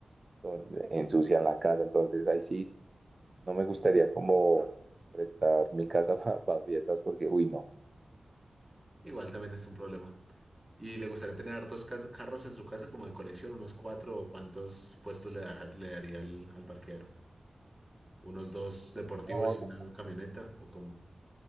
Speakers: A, on the right; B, in the centre.
A: entonces, ensucian la casa, entonces ahí sí, no me gustaría como prestar mi casa <laughs> para fiestas porque, uy, no.
B: Igual también es un problema. Y le gustaría tener hartos cas- carros en su casa como de colección, unos cuatro o cuántos puestos le, daja- le daría al, al parqueadero. Unos dos deportivos
A: No,
B: y una camioneta o cómo.